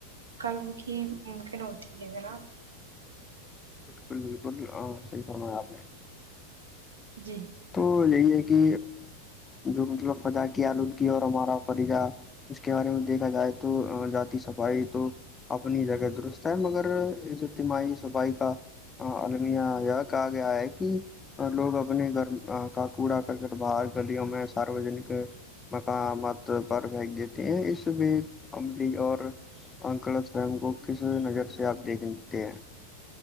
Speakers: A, on the right (about 70°); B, on the left (about 15°).
A: کل کی ممکن ہوتی ہے ہے نا
B: بالکل بالکل صحیح فناا ہے آپ نے
A: جی
B: تو یہی ہے کہ جو مطلب فضا کی آلودگی اور ہمارا فریقہ اس کے بارے میں دیکھا جائے تو ذاتی صفائی تو اپنی جگہ درست ہے مگر اس اجتماعی صفائی کا المیہ یہ کہا گیا ہے کہ لوگ اپنے گھر کا کوڑا کرکٹ باار گلیوں میں ساروجنک مقامات پر بھیھنگ دیتی ہیں اس میں عملی اور انکلت فوم کو کس نظر سے آپ دیکھتے ہیں